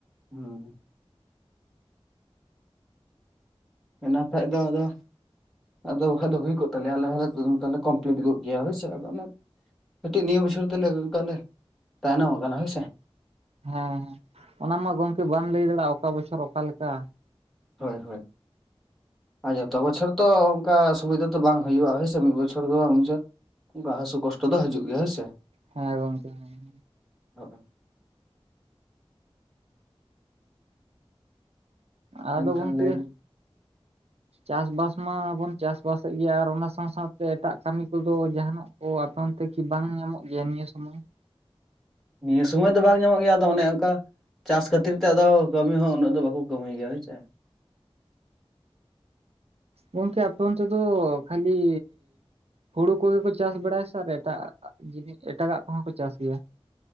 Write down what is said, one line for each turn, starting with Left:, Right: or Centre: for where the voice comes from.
Centre: ᱦᱩᱸ᱾ ᱢᱮᱱᱟ ᱠᱷᱟᱡ ᱫᱚ ᱟᱫᱚ ᱟᱫᱚ ᱵᱟᱠᱟᱱ ᱫᱚ ᱦᱩᱭ ᱠᱚᱫ ᱛᱟᱞᱮᱭᱟ᱾ ᱟᱞᱮ ᱦᱚᱸᱞᱮ ᱛᱟᱞᱦᱮ ᱠᱚᱢᱯᱞᱤᱴ ᱜᱚᱫ ᱜᱮᱭᱟ ᱦᱳᱭᱥᱮ ᱟᱫᱚ ᱚᱱᱮ ᱠᱟᱹᱴᱤᱡ ᱱᱤᱭᱟᱹ ᱵᱚᱪᱷᱚᱨ ᱫᱚᱞᱮ ᱚᱱᱠᱟ ᱞᱮ ᱛᱟᱭᱱᱚᱢ ᱟᱠᱟᱱᱟ ᱦᱳᱭ ᱥᱮ᱾
Right: ᱦᱮᱸ ᱦᱮᱸ᱾ ᱚᱱᱟ ᱢᱟ ᱜᱚᱝᱠᱮ ᱵᱟᱢ ᱞᱟᱹᱭ ᱫᱟᱲᱮᱜ-ᱟ, ᱚᱠᱟ ᱵᱚᱪᱷᱚᱨ ᱚᱠᱟᱞᱮᱠᱟ᱾
Centre: ᱦᱳᱭ ᱦᱳᱭ᱾ ᱟᱨ ᱡᱚᱛᱚ ᱵᱚᱪᱷᱚᱨ ᱛᱚ ᱚᱱᱠᱟ ᱥᱩᱵᱤᱫᱷᱟ ᱫᱚᱚ ᱵᱟᱝ ᱦᱩᱭᱩᱜ-ᱟ, ᱦᱭᱥᱮ ᱢᱤᱫ ᱵᱚᱪᱷᱚᱨ ᱫᱚ ᱵᱟᱝ <unintelligible> ᱚᱱᱠᱟ ᱦᱟᱹᱥᱩ ᱠᱚᱥᱴᱚ ᱫᱚ ᱦᱤᱡᱩᱜ ᱜᱮᱭᱟ, ᱦᱳᱭ ᱥᱮ?
Right: ᱦᱮᱸ ᱜᱚᱝᱠᱮ ᱦᱮᱸ᱾
Centre: ᱦᱚᱸᱜ-ᱚ᱾ ᱮᱱᱠᱷᱟᱱ
Right: ᱟᱫᱚ ᱜᱚᱢᱠᱮ
Centre: ᱞᱟᱹᱭ ᱵᱤᱱ
Right: ᱪᱟᱥᱵᱟᱥ ᱢᱟᱵᱚᱱ ᱪᱟᱥᱵᱟᱥᱮᱫ ᱜᱮᱭᱟ ᱟᱨ ᱚᱱᱟ ᱥᱟᱶ ᱥᱟᱶᱶᱛᱮ ᱮᱴᱟᱜ ᱠᱟᱹᱢᱤ ᱠᱚᱫᱚ ᱡᱟᱦᱟᱱᱟᱜ ᱚ ᱟᱯᱮ ᱚᱱᱛᱮ ᱠᱤ ᱵᱟᱝ ᱧᱟᱢᱚᱜ ᱜᱮᱭᱟ ᱱᱤᱭᱟᱹ ᱥᱩᱚᱢᱚᱭ?
Centre: ᱱᱤᱭᱟᱹ ᱥᱚᱢᱚᱭ ᱫᱚ ᱵᱟᱝ ᱧᱟᱢᱚᱜ ᱜᱮᱭᱟ, ᱟᱫᱚ ᱚᱱᱮ ᱚᱱᱠᱟ ᱪᱟᱥ ᱠᱷᱟᱹᱛᱤᱨ ᱛᱮ ᱟᱫᱚ ᱠᱟᱹᱢᱤ ᱦᱚᱸ ᱩᱱᱟᱹᱜ ᱫᱚ ᱵᱟᱠᱚ ᱠᱟᱹᱢᱤ ᱜᱮᱭᱟ ᱦᱳᱭᱥᱮ᱾
Right: ᱜᱚᱝᱠᱮ ᱟᱞᱮ ᱚᱱᱛᱮ ᱫᱚ ᱠᱷᱟᱹᱞᱤ ᱦᱩᱲᱩ ᱠᱚᱜᱮ ᱠᱚ ᱪᱟᱥ ᱵᱟᱲᱟᱭᱟ ᱥᱮ ᱟᱨ ᱮᱴᱟᱜ-ᱟᱜ ᱡᱤᱱᱤᱥ ᱮᱴᱟᱜᱟᱜ ᱠᱚᱦᱚᱸ ᱠᱚ ᱪᱟᱥ ᱜᱮᱭᱟ᱾